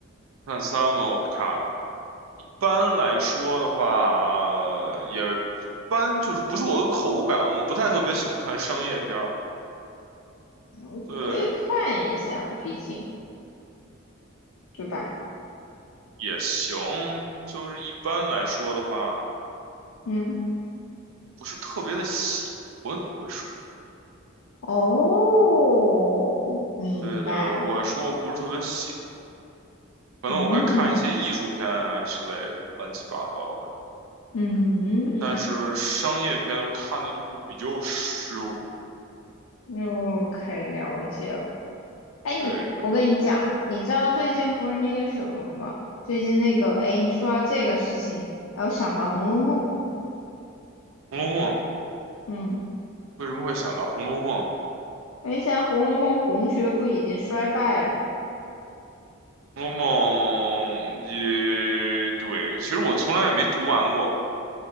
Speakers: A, on the right (about 70°); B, on the left (about 75°).
A: 探三吗？我不看。一般来说的话，也一般就是不是我的口感，我不太特别喜欢看商业片儿。
B: 嗯，
A: 对，
B: 可以看一下，毕竟对吧？
A: 也行，就是一般来说的话。
B: 嗯，
A: 不是特别的喜欢，我会说，
B: 哦，明白了。
A: 对的，我说我不是特别喜欢，可能我会看一些艺术片啊之类的，
B: 嗯
A: 乱七八糟的。
B: 嗯
A: 但是商业片我看的就会比较少。
B: 嗯可以了解了。哎，你，
A: 对的
B: 我跟你讲，你知道最近不是那个什么吗？最近那个，哎，你说到这个事情，然后想到《红楼梦》了。
A: 红楼梦》
B: 嗯，
A: 为什么会想到《红楼梦》？
B: 因为现在《红楼梦》红学不已经衰败了吗？
A: 《红楼梦》也对，其实我从来也没读完过。